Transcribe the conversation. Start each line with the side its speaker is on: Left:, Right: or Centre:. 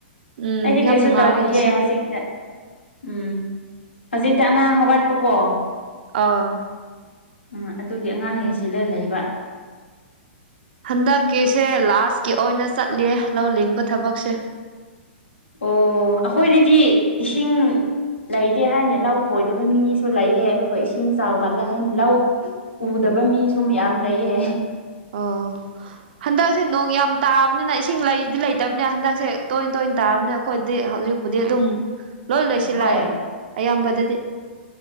Right: ꯎꯝ
Left: ꯑꯩꯗꯤ
Right: ꯌꯥꯝ
Left: ꯀꯩꯁꯨ
Right: ꯅꯨꯡꯉꯥꯏꯔꯦ
Left: ꯇꯧꯗꯤꯌꯦ
Right: ꯉꯁꯤꯗꯤ
Left: ꯍꯧꯖꯤꯛꯇ ꯎꯝ ꯍꯧꯖꯤꯛꯇ ꯑꯉꯥꯡ ꯍꯧꯒꯠꯄꯀꯣ
Right: ꯑ
Left: ꯎꯝ ꯑꯗꯨꯒꯤ ꯑꯉꯥꯡ ꯌꯦꯡꯁꯤꯜꯂ ꯂꯩꯕ
Right: ꯍꯟꯗꯛꯀꯤꯁꯦ ꯂꯥꯁꯀꯤ ꯑꯣꯏꯅ ꯆꯠꯂꯤꯌꯦ ꯂꯧ ꯂꯤꯡꯕ ꯊꯕꯛꯁꯦ
Left: ꯑꯣ ꯑꯩꯈꯣꯏꯗꯗꯤ ꯏꯁꯤꯡ ꯂꯩꯇꯦ ꯍꯥꯏꯅ ꯂꯧ ꯈꯣꯏꯗꯕ ꯃꯤꯁꯨ ꯂꯩꯌꯦ ꯑꯗꯨꯒ ꯏꯁꯤꯡ ꯆꯥꯎꯒꯜꯂꯦ ꯍꯥꯏꯅ ꯂꯧ ꯎꯗꯕ ꯃꯤꯁꯨ ꯃꯌꯥꯝ ꯂꯩꯌꯦ
Right: ꯑꯣ ꯍꯟꯗꯛꯁꯦ ꯅꯣꯡ ꯌꯥꯝ ꯇꯥꯕꯅꯤꯅ ꯏꯁꯤꯡ ꯂꯩꯗꯤ ꯂꯩꯇꯕꯅꯤꯅ ꯍꯟꯗꯛꯁꯦ ꯇꯣꯏ ꯇꯣꯏꯅ ꯇꯥꯕꯅꯦꯕ ꯑꯩꯈꯣꯏꯗꯤ ꯍꯧꯖꯤꯛꯄꯨꯗꯤ ꯑꯗꯨꯝ ꯂꯣꯏ ꯂꯣꯏꯁꯤꯜꯂꯥꯛꯑꯦ
Left: ꯍꯣꯏ
Right: ꯑꯌꯥꯝꯕꯗꯗꯤ